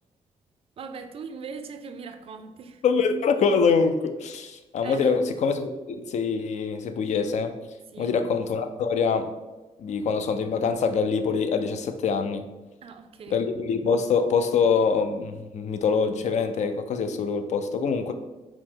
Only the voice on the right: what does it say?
Vabbè, tu invece che mi racconti?
Eh,
sì.
Ah, ok.